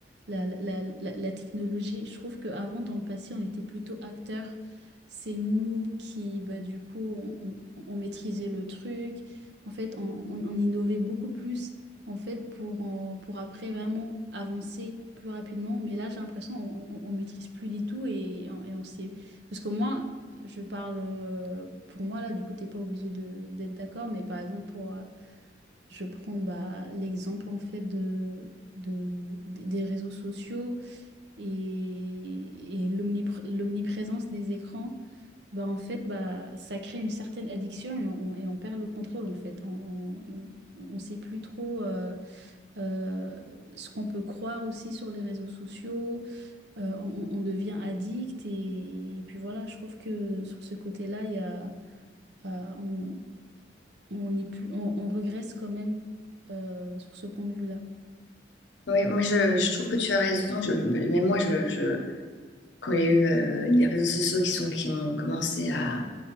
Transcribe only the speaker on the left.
Oui, moi je, je trouve que tu as raison. Je, même moi, je, je, quand il y a eu euh, les réseaux sociaux qui sont, qui ont commencé à,